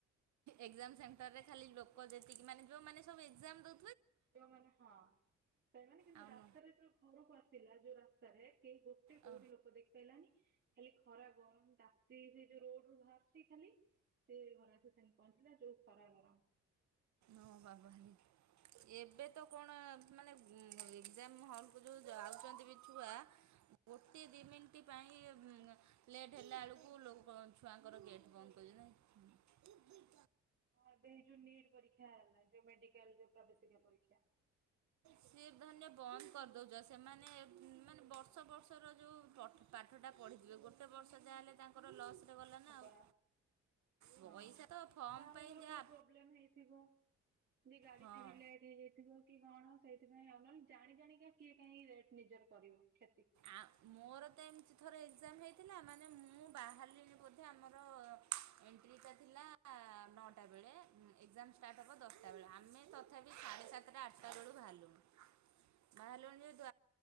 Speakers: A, on the right; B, on the right.
A: ଏକ୍ଜାମ ସେଣ୍ଟରରେ ଖାଲି ଲୋକ ଯେତିକି ମାନେ ଯୋଉ ମାନେ ସବୁ ଏକ୍ଜାମ୍ ଦୋ
B: ଯୋଉମାନେ ହଁ ସେମାନେ କିନ୍ତୁ
A: ଆଉ
B: ରାସ୍ତାରେ
A: ନ
B: ଯେତେବେଳେ ଘରକୁ ଆସିଲା ଯୋଉ ରାସ୍ତାରେ କେହି ଗୋଟେ କୋଉଠି
A: ଓ
B: ଲୋକ ଦେଖି ପାଇଲାନି ଖାଲି ଖରା ଗରମ ତାତି ସେଇ ଯୋଉ ରୋଡ ରୁ ବାହାରୁଛି ଖାଲି ସେ ଘରେ ଆସି <unintelligible> ପହଞ୍ଚିଲା ଯୋଉ ଖରା ଘରମ।
A: ଓ ବାବା ରେ ଏବେ ତ କଣ ମାନେ ଏକ୍ଜାମ ହଲକୁ ଯୋଉ ଯାଉଛନ୍ତି ବି ଛୁଆ ଗୋଟେ ଦି ମିନିଟ
B: ହଁ।
A: ପାଇଁ ଲେଟ୍ ହେଲା ବେଳକୁ ଲୋକ ଛୁଆଙ୍କର ଗେଟ୍ ବନ୍ଦ କରି
B: ହଁ ଏବେ ଯୋଉ ନୀଟ ପରୀକ୍ଷା ହେଲା ଯୋଉ ମେଡିକାଲ ଯୋଉ <unintelligible> ପରୀକ୍ଷା।
A: ସିଏ ଧରିନିଅ ବନ୍ଦ କରିଦେଉଛ ସେମାନେ ମାନେ ବର୍ଷ ବର୍ଷର ଯେଉ ପ୍ ପାଠ ଟା ପଢ଼ିଥିଲେ ଗୋଟେ ବର୍ଷ ଯାହା ହେଲେ ତାଙ୍କର ଲସରେ ଗଲା
B: ହଁ
A: ନା ଆଉ।
B: ପରା
A: ପଇସା
B: ହଁ
A: ତ ଫର୍ମ
B: ତାର
A: ପାଇଁ
B: ଧର
A: ଯାହା
B: କୋଉ ପ୍ରୋବ୍ଲେମ ହେଇଥିବ ଯେ ଗାଡି
A: ହଁ
B: ଫାଡି ଲେଟ୍ ହେଇଯାଇଥିବ କି କଣ ସେଇଥିପାଇଁ ଅନଲ ଜାଣି ଜାଣିକ କିଏ କହିଁ ରେଟ ନିଜର କରିବ। କ୍ଷତି।
A: ଆଉ ମୋର ତ ଏମିତି ଥରେ। ଏକ୍ଜାମ ହେଇଥିଲା ମାନେ ମୁଁ ବାହାରିଲଣି ବୋଧେ ଆମର ଏଣ୍ଟ୍ରିଟା ଥିଲା। ନଅଟା ବେଳେ ଏକ୍ଜାମ ଷ୍ଟାର୍ଟ ହେବ ଦଶଟା ବେଳେ ଆମେ ତଥାପି ସାଢ଼େ ସାତଟା ଆଠଟା ବେଳୁ ବାହାରିଲୁ। ବାହାରଲଣି ଯେହେତୁ